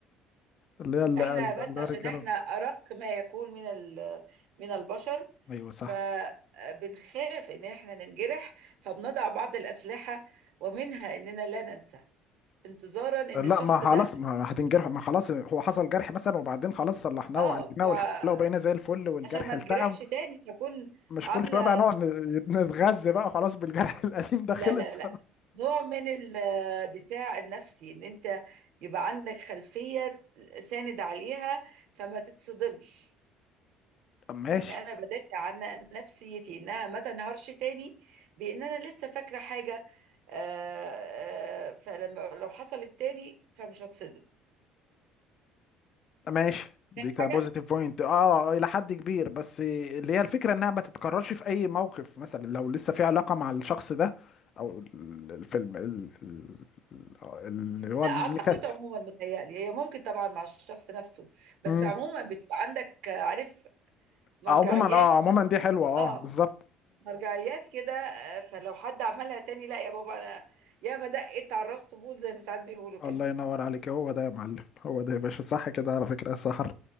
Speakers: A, on the left; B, on the right.
A: اللي هي اللي
B: احنا
A: قال
B: بس
A: الرجاله
B: عشان احنا ارق ما يكون من ال- من البشر
A: ايوه صح
B: فبنخاف ان احنا ننجرح فبنضع بعض الاسلحه ومنها اننا لا ننسى انتظارا ان
A: لا
B: الشخص
A: ما خلاص
B: ده
A: ما هتنجرح ما خلاص هو حصل جرح مثلا وبعدين خلاص صلحناه
B: اه
A: وعالجناه
B: فعشان
A: والحمد لله وبقينا زي الفل والجرح
B: ما
A: التئم
B: تجرحش تاني فكون
A: مش
B: عامله
A: كل شويه بقى نقعد ن- نتغذى بقى خلاص بالجرح <laughs> القديم ده خلص
B: لا لا لا نوع من الدفاع النفسي ان انت يبقى عندك خلفيه ساند عليها فما تتصدمش
A: طب ماشي
B: يعني انا بدافع عن نفسيتي انها ما تنهارش تاني بان انا لسه فاكره حاجه آه، آه، فلما لو حصلت تاني فمش هتصدم
A: ماشي دي
B: فاهم
A: كبوزيتيف
B: حاجه
A: بوينت اه الى حد كبير بس اللي هي الفكره انها ما تتكررش في اي موقف مثلا لو لسه في علاقه مع الشخص ده او ال- الفيلم ال- ال- ال- اللي هو
B: لا
A: الميكا-
B: اعتقد عموما متهيألي هي ممكن طبعا مع الشخص نفسه بس
A: مم.
B: عموما بتبقى عندك آه، عارف مرجعيات
A: عموما اه عموما دي حلوه اه
B: اه
A: بالظبط
B: مرجعيات كده آه، فلو حد عملها تاني لا يا بابا انا يا ما دقت على الراس طبول زي ما ساعات بيقولوا كده
A: الله ينور عليك هو ده يا معلم هو ده يا باشا صح كده على فكرة يا سحر